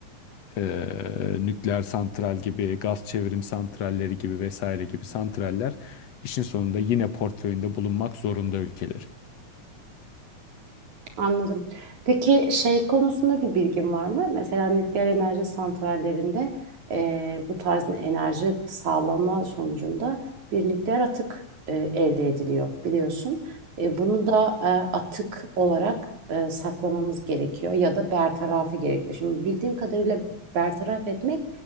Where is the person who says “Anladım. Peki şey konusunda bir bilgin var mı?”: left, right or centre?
Right